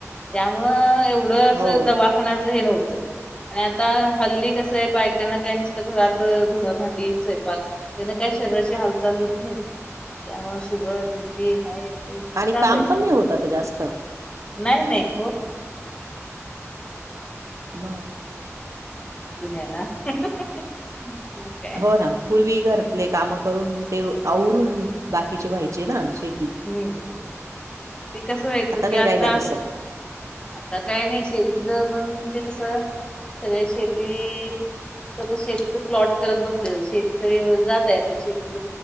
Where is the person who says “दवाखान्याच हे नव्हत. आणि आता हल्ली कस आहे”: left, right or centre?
Left